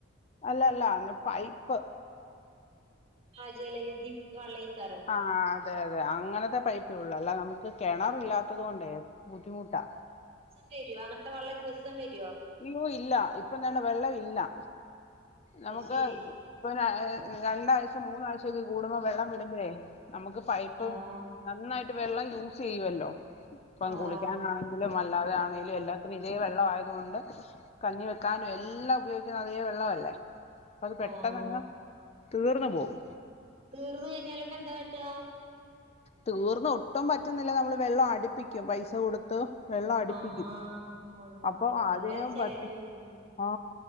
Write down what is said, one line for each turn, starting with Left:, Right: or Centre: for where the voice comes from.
Left: അല്ല അല്ല അന്ന് പൈ പ്പ്
Right: ആ ജലനിധി വള്ളെയ്കാരം
Left: ആഹ് അതെ അതെ അങ്ങനത്തെ പൈപ്പേയുള്ളൂ അല്ലാതെ നമ്മുക്ക് കിണറില്ലാത്തതുകൊണ്ടേ ബുദ്ധിമുട്ടാ
Right: വരും അങ്ങനത്തെ വെള്ളം ദിവസം വരും
Left: അയ്യോ ഇല്ല ഇപ്പൊന്താണ്ടെ വെള്ളം ഇല്ലാ
Right: അത്
Left: നമുക്ക്
Right: ശരി
Left: ഇപ്പോ അ രണ്ടാഴ്ച്ച മൂന്നാഴ്ച്ച ഒക്കെ കൂടുമ്പോ വെള്ളം വിടുമ്പോഴേ നമുക്ക് പൈപ്പ്
Right: ആഹ്
Left: നന്നായിട്ട് വെള്ളം യൂസ് ചെയ്യുമല്ലോ ഇപ്പം
Right: ആഹ്
Left: കുളിക്കാനാണെങ്കിലും അല്ലാതെ ആണെങ്കിലും എല്ലാത്തിനും ഈ വെള്ളമായതുകൊണ്ട് കഞ്ഞി വെക്കാനും എല്ലാം ഉപയോഗിക്കുന്ന അതേ വെള്ളവല്ലേ അപ്പത് പെട്ടെന്നങ്ങ്
Right: ആഹ്
Left: തീർന്നു പോവും.
Right: തീർന്ന് കഴിഞ്ഞാല് ഇപ്പ എന്താ പറ്റ്യ
Left: തീർന്ന് ഒട്ടും പറ്റുന്നില്ല നമ്മള് വെള്ളം അടുപ്പിക്കും പൈസ കൊടുത്ത്. വെള്ളം അടുപ്പിക്കും
Right: ആഹ അള്ളാ
Left: അപ്പൊ
Right: നല്ല
Left: അതിന്
Right: ചെലവല്യ
Left: പത്ത്
Right: അതിന്
Left: ആ